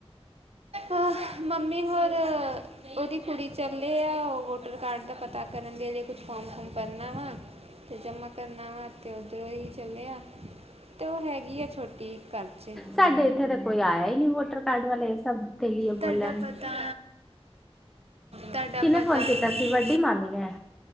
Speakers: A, on the right (about 70°); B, in the centre.
A: ਆਹ, ਮੰਮੀ ਹੋਰ। ਉਹਦੀ ਕੁੜੀ ਚਲੇ ਆ ਉਹ ਵੋਟਰ ਕਾਰਡ ਦਾ ਪਤਾ ਕਰਨ ਦੇ ਅਜ ਕੁਛ ਫੋਰਮ ਫੂਰਮ ਭਰਨਾ ਵਾ। ਤੇ ਜਮਾ ਕਰਨਾ ਵਾ ਇਥੇ ਉਧਰੋ ਹੀ ਚਲਿਆ ਤਾਂ ਉਹ ਹੈਗੀ ਆ ਛੋਟੀ ਘਰ 'ਚ
B: ਸਾਡੇ ਇਥੇ ਤਾ ਕੋਈ ਆਇਆ ਹੀ ਨਹੀ ਵੋਟਰ ਕਾਰਡ ਵਾਲੇ ਇਹ ਸਭ ਦੇ ਲੀਏ
A: ਤੁਹਾਡਾ
B: ਬੋਲਣ
A: ਪਤਾ ਤੁਹਾਡਾ
B: ਕਿਹਨੇ
A: ਪਤਾ
B: ਫੋਨ
A: ਨਹੀ
B: ਕੀਤਾ ਸੀ ਵੱਡੀ ਮਾਮੀ ਨੇ